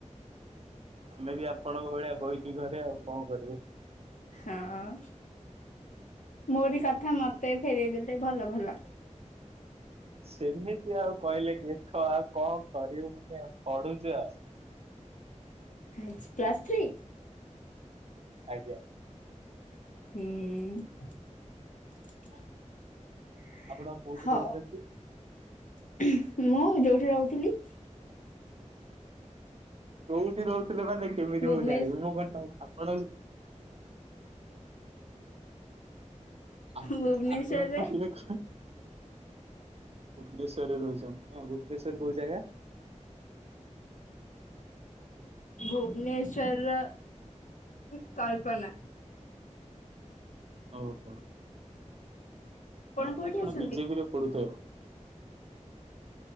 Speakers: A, on the right; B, on the left.
A: ଆମେ ବି ଆପଣଙ୍କ ଭଳିଆ ବଇଚୁ ଘରେ ଆଉ କଣ କରିବୁ।
B: ହଁ ମୋରି କଥା ମତେ ଫେରଇ ଦେଲେ ଭଲ ଭଲ।
A: ସେମିତି ଆଉ କହିଲେ ଦେଖ ଆଉ କଣ କରିବୁ ମାନେ ପଢୁଚୁ ଆଉ।
B: ଆ ପ୍ଲସ୍ ଥ୍ରୀ?
A: ଆଜ୍ଞା।
B: ହୁଁ। ହଉ ମୁଁ
A: ଆପଣ କୋଉଠି ରହୁଛନ୍ତି?
B: ଯୋଉଠି ରହୁଥିଲି।
A: କୋଉଠି ରହୁଥି ମତେ କେମିତି
B: ଭୁବନେଶ
A: ମୁଁ ଜାଣିବି ମୁଁ କଣ ତମ ଆପଣ ଆପଣ
B: ଭୁବନେଶ୍ଵରରେ
A: ଆପଣ କହିଲେ କଣ ହଷ୍ଟେଲେରେ ରହୁଛନ୍ତି ଭୁବନେଶ୍ୱର କୋଉ ଜାଗା?
B: ଭୁବନେଶ୍ୱରର କଳ୍ପନା।
A: ଓହୋ। ତା ମାନେ
B: କୋଉଠି
A: ଆପଣ
B: ଅଛନ୍ତି?
A: ବିଜେପି ରେ ପଡୁଥିବେ।